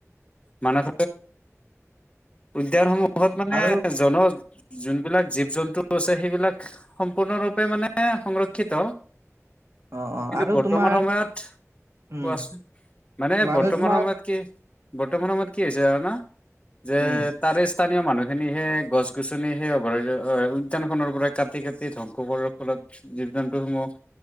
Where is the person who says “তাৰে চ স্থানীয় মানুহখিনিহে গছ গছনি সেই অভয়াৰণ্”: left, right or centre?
Left